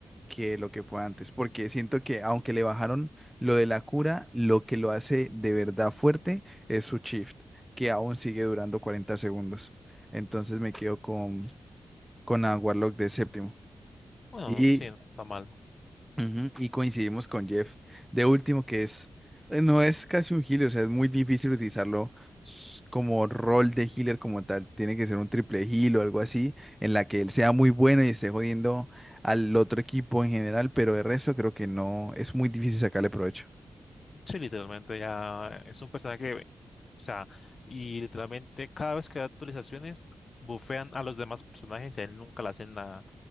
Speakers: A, in the centre; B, on the left (about 55°).
A: que lo que fue antes, porque siento que aunque le bajaron lo de la cura, lo que lo hace de verdad fuerte es su shift, que aún sigue durando 40 segundos. Entonces me quedo con, con a Warlock de séptimo.
B: bueno,
A: Y
B: no, sí, no está mal.
A: Ujú, Y coincidimos con Jeff. De último, que es, eh, no es casi un healer, o sea, es muy difícil utilizarlo s- como rol de healer como tal. Tiene que ser un triple heal o algo así, en la que él sea muy bueno y esté jodiendo al otro equipo en general, pero de resto creo que no, es muy difícil sacarle provecho.
B: Sí, literalmente ya es un personaje que, o sea, y literalmente cada vez que da actualizaciones, bufean a los demás personajes y a él nunca le hacen nada.